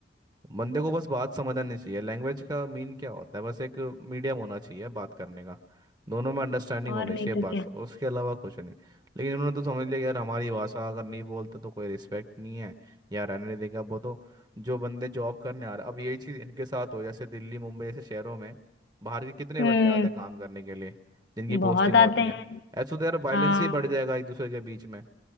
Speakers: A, on the right (about 25°); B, on the left (about 75°).
A: बंदे को बस बात समझ आनी चाहिए लैंग्वेज का मीन क्या होता है बस एक मीडियम होना चाहिए बात करने का दोनों में अंडरस्टैंडिंग
B: और
A: होनी
B: नहीं
A: चाहिए
B: तो
A: बस
B: क्या
A: उसके अलावा कुछ नहीं लेकिन उन्होंने तो समझ लिया कि यार हमारी भाषा अगर नहीं बोलते तो कोई रिस्पेक्ट नहीं है या रहने नहीं देगा वो तो जो बंदे जॉब करने आ रहे अब यही चीज़ इनके साथ हो जैसे दिल्ली मुंबई जैसे शहरों में बाहर के कितने
B: हम्म
A: बंदे आते हैं काम करने के लिए जिनकी
B: बहुत
A: पोस्टिंग
B: आते
A: होती
B: हैं
A: है ऐसे तो यार वायलेंस
B: हाँ
A: ही बढ़ जाएगा एक दूसरे के बीच में